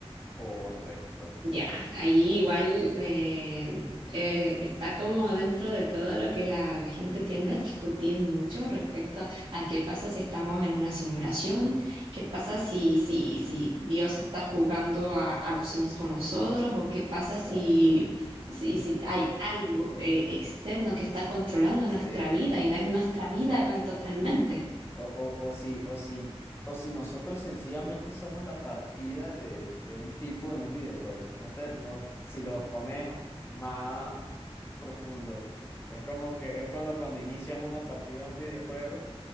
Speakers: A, on the left; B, on the right.
A: correcto.
B: Ya, allí igual eh, eh, está como dentro de todo lo que la, la gente tiende a discutir mucho respecto a qué pasa si estamos en una simulación, qué pasa si, si, si Dios está jugando a, a los Sims con nosotros o qué pasa
A: Exacto.
B: si, si, si hay algo eh, externo que está controlando
A: Sí.
B: nuestra vida y no es nuestra vida
A: O,
B: con- totalmente.
A: o, o, o si, o si, o si nosotros sencillamente somos la partida de, de un tipo en un videojuego. No te, no, si lo pones más profundo. Es como que es cuando, cuando inicias una partida de un videojuego